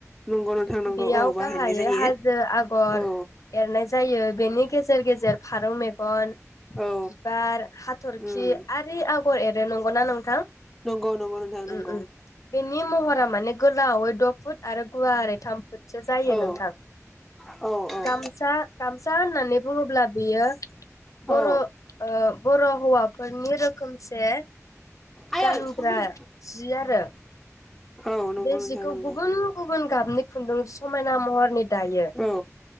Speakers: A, in the centre; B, on the left.
A: नंगौ नोंथां। नंगौ
B: बेयाव
A: औ बाहायनाय
B: गाहायै
A: जायो
B: हाजो आगर
A: औ
B: एरनाय जायो बेनि गेजेर गेजेर फारौ मेगन
A: औ
B: बिबार हाथरखि
A: उम
B: आरि आ गर एरो नगौ ना नोंथां?
A: नंगौ नंगौ नोंथां नंगौ।
B: उम उम बेनि महरा माने गोलावै द फुट आरो गुवारै सो जायो
A: औ
B: नोंथां
A: औ औ
B: गामसा गामसा होननानै बुङोब्ला बेयो
A: औ
B: बर ओ बर हौवाफोरनि रोखोमसे
A: आयै
B: गानग्रा
A: बिफां फैदो
B: जि आरो।
A: औ नंगौ
B: बे
A: नोंथां
B: जिखौ
A: नंगौ
B: गुबुन गुबुन गाबनि खुन्दुं समायना महरनि दायो
A: औ